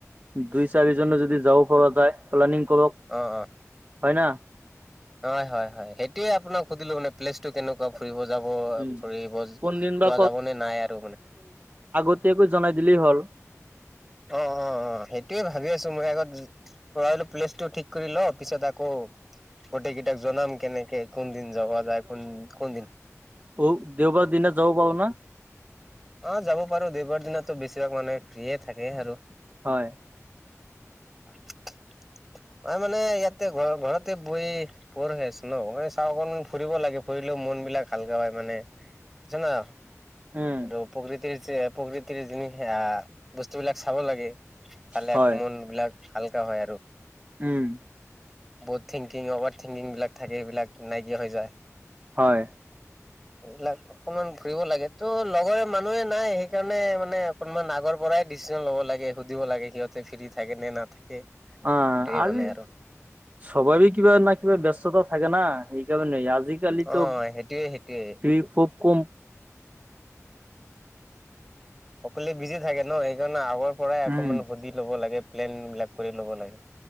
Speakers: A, on the right; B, in the centre.
A: দুই চাৰিজনো যদি যাব পৰা যায় প্লানিং কৰক
B: অ অ
A: হয় ন।
B: হয় হয় হয় সেইটোয়ে আপোনাক সুধিলো মানে। প্লেচটো কেনেকুৱা ফুৰিব যাব
A: উম
B: ফুৰিব যোৱা
A: কোনদিন বা
B: যাব নে নাই আৰু মানে?
A: তই একবাৰ জনাই দিলেই হ'ল।
B: অ অ অ সেইটোয়ে ভাবি আছো মই আগত য পৰা হ'লে প্লেছ টো ঠিক সুধি ল পিছে তাকো গোটেই গীত সিয়াক জনাম কেনেকে? কোন দিন যাবা যায় কোন কোন দিন?
A: অ দেওবাৰ দিনা যাব পাৰো না।
B: অ যাব পাৰো দেওবাৰ দিনাটো বেছিভাগ মানুহে ফ্ৰি এ থাকে আৰু।
A: হয়।
B: <unintelligible> ম মানে ইয়াতে ঘৰ ঘৰতে বহি ব'ৰ হৈ আছো ন মানে চা অকন ফুৰিব লাগে ফুৰিলেও মন বিলাক হালকা হয় মানে, জানা।
A: উম
B: আৰু প্ৰকৃতিৰ যে- প্ৰকৃতিৰ যিনি সেয়া বস্তুবিলাক চাব লাগে। চালে
A: হয়
B: আকৌ মন বিলাক হালকা হয় আৰু।
A: উম
B: ব'ৰ থিংকিং, অভাৰ থিংকিংবিলাক থাকে সেইবিলাক নাইকিয়া হৈ যায়।
A: হয়
B: এইবিলাক অকমান ঘূৰিব লাগে। তোৰ লগৰে মানুহে নাই সেইকাৰণে মানে অকনমান আগৰ পৰাই ডিচিশন ল'ব লাগে সুধিব লাগে সিহঁতক। ফ্ৰী থাকে নে নাথাকে।
A: অ
B: সেইটোৱে
A: আজি
B: মানে আৰু
A: সবৰে কিবা ন কিবা ব্যস্ততা থাকে ন, এইকাৰণে আজ আজিকালিতো
B: অ সেইটোয়ে সেইটোয়ে
A: টি ভি খুব কম
B: সকলোৱে বিজি থাকে ন সেইকাৰণে আগৰ পৰাই অকমান
A: উম
B: সুধি ল'ব লাগে প্লেন বিলাক কৰি ল'ব লাগে।